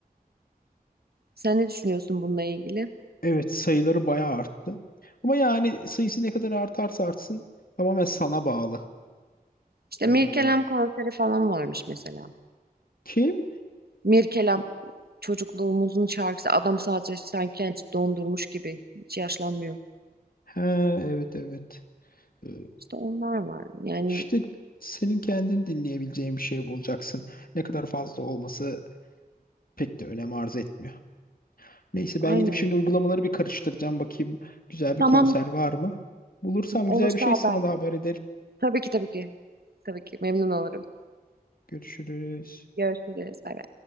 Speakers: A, on the right; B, on the left.
A: Sen ne düşünüyorsun bununla ilgili?
B: Evet sayıları bayağı arttı. Ama yani sayısı ne kadar artarsa artsın tamamen sana bağlı.
A: İşte
B: Ee,
A: Mirkelam konseri falan varmış mesela.
B: kim?
A: Mirkelam çocukluğumuzun şarkısı. Adam sadece sanki kendisi dondurmuş gibi. Hiç yaşlanmıyor.
B: Ha, evet evet. Ee,
A: İşte onlar var. Yani
B: İşte senin kendin dinleyebileceğin bir şey bulacaksın. Ne kadar fazla olması pek de önem arz etmiyor. Neyse ben
A: aynen.
B: gidip şimdi uygulamaları bir karıştıracağım. Bakayım güzel bir
A: Tamam
B: konser var mı? Bulursam
A: olursa
B: güzel bir şey
A: haber
B: sana da
A: ver.
B: haber ederim.
A: Tabii ki tabii ki. Tabii ki memnun olurum.
B: Görüşürüz.
A: Görüşürüz. Bay bay.